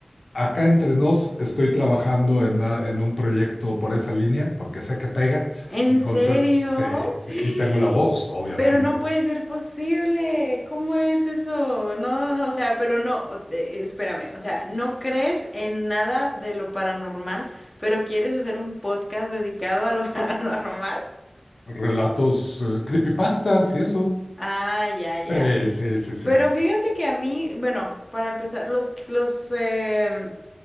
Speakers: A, on the left; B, on the left.
A: Acá entre nos estoy trabajando en, a- en un proyecto por esa línea, porque sé que pega.
B: ¿En
A: Entonces,
B: serio?
A: sí, sí,
B: <gasps>
A: y tengo la voz, obviamente.
B: Pero no puede ser posible. ¿Cómo es eso? No, no, no, o sea, pero no, o- eh, espérame, o sea, no crees en nada de lo paranormal, pero quieres hacer un podcast dedicado a lo <laughs> paranormal.
A: Relatos, eh, creepypastas y eso.
B: Ah, ya, ya.
A: Sí, sí, sí, sí,
B: Pero fíjate que a mí, bueno, para empezar, los, los, em,